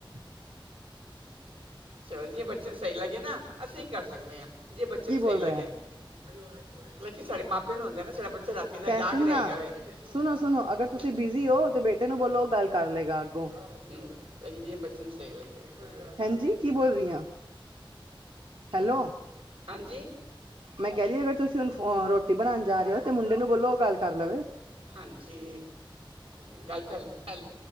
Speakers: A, on the right; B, on the right.
A: <inaudible>
B: ਚਲੋ ਜਿ ਬੱਚੇ ਸਹੀ ਲੱਗੇ ਨਾ ਅਸੀਂ ਕਰ ਸਕਦੇ ਹਾਂ ਜੇ ਬੱਚੇ
A: ਕੀ
B: ਨੂੰ
A: ਬੋਲ
B: ਸਹੀ ਲੱਗਿਆ।
A: ਰਹੇ ਹੈ,
B: <unintelligible> ਮੈਂ ਕਿਹਾ ਸਾਡੇ ਮਾਪੇ ਨੂੰ ਹੁੰਦੇ ਨਾ ਸਾਡਾ ਬੱਚਾ ਰਾਤੀ ਦਾ
A: ਕ
B: ਜਾਗ
A: ਸੁਣਨਾ
B: ਰਿਹਾ ਹੈਗਾ ਵੇ <inaudible>
A: ਸੁਣੋ ਸੁਣੋ ਅਗਰ ਤੁਸੀਂ ਬਿਜ਼ੀ ਹੋ ਤੇ ਬੇਟੇ ਨੂੰ ਬੋਲੋ ਉਹ ਗੱਲ ਕਰ ਲਏਗਾ ਅੱਗੋਂ
B: ਹੂੰ ਜਿ ਬੱਚੇ ਨੂੰ ਸਹੀ ਲੱਗਿਆ।
A: ਹਾਂਜੀ ਕੀ ਬੋਲ ਰਹੀ ਹਾਂ ਹੈਲੋ
B: ਹਾਂਜੀ
A: ਮੈਂ ਕਹਿ ਰਹੀ ਅਗਰ ਤੁਸੀਂ ਹੁਣ ਰੋਟੀ ਬਣਾਉਣ ਜਾ ਰਹੇ ਹੋ ਤੇ ਮੁੰਡੇ ਨੂੰ ਬੋਲੋ ਉਹ ਗੱਲ ਕਰ ਲਵੇ।
B: ਹਾਂਜੀ ਗੱਲ ਕਰ ਹੈੱਲ